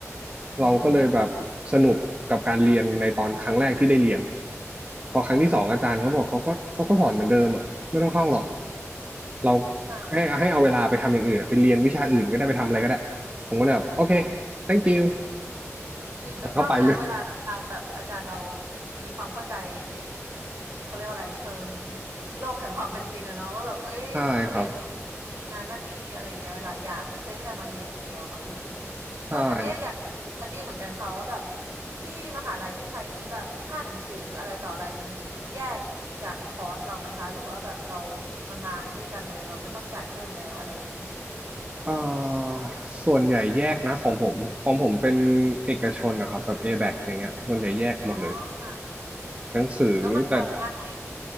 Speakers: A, on the right; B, on the right.
A: อ๋อ
B: เราก็เลยแบบสนุกกับการเรียนในตอนครั้งแรกที่ได้เรียนพอครั้งที่สองอาจารย์เขาบอกเขาก็เขาก็สอนเหมือนเดิมอ่ะไม่ต้องเข้าหรอกเรา
A: ค่ะ
B: ให้ให้เอาเวลาไปทำอย่างอื่นอะไปเรียนวิชาอื่นก็ได้ไปทำอะไรก็ได้ผมก็เลยแบบโอเค thank you
A: หญิงก็ชอบนะเวลาอาจารย์แบบอาจารย์เรา
B: แล้วก็ไปเลย
A: มีความเข้าใจในเขาเรียกว่าอะไรเชิงโลกแห่งความเป็นจริงอะเนาะว่าแบบเอ้ยนักเรียน
B: ใช่ครับ
A: มีงานนั่นนี่อะไรอย่างเงี้ยหลายอย่างไม่ใช่แค่มาเรียนอย่างเดียวบางทีเออแต่เนี้ยอยากแต่เนี้ยเหมือนกันค่ะว่าแบบ
B: ใช่
A: ที่มหาลัยที่ไทยนี้แบบค่าหนังสืออะไรต่ออะไรมันคิดแยกจากคอร์สเราไหมคะหรือว่าแบบเรามันมากันด้วยกันเลยเราไม่ต้องจ่ายเพิ่มแล้วอะไรอย่างเงี้ย
B: อ่าส่วนใหญ่แยกนะของผมของผมเป็นเอกชนนะครับแบบ A-back อแบคอย่างเงี้ยส่วนใหญ่แยกหมดเลย
A: อ๋อค่ะ
B: หนังสือแต่
A: แล้วมันแพงมากไหม